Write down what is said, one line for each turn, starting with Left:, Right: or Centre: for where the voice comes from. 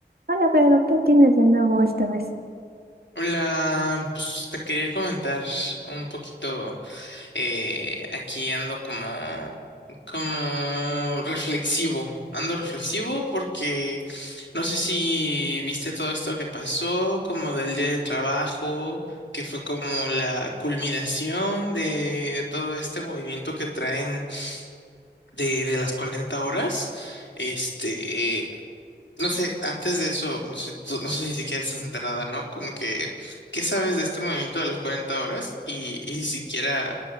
Right: Hola, pero ¿qué tienes de nuevo esta vez?
Left: Hola, pues te quería comentar un poquito, eh, aquí ando como, como reflexivo, ando reflexivo porque no sé si viste todo esto que pasó, como del día de trabajo, que fue como la culminación de todo este movimiento que traen de, de las 40 horas, este... No sé, antes de eso, no sé, tú- no sé si siquiera estás enterrada, ¿no? Como que, ¿qué sabes de este movimiento de las 40 horas? Y, y ni siquiera,